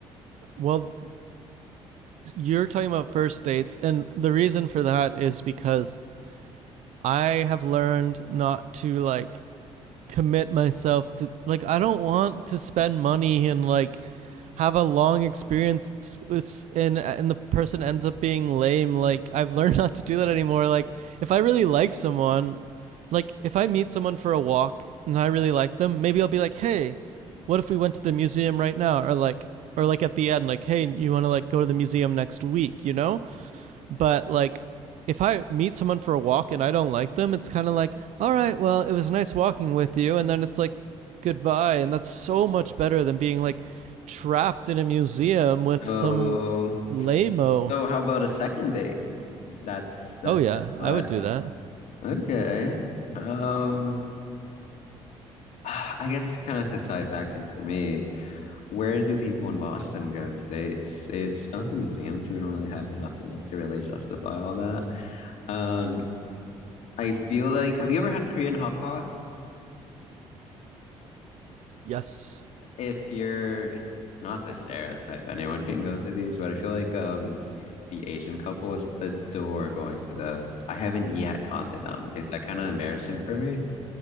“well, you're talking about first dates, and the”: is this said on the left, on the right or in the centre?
Right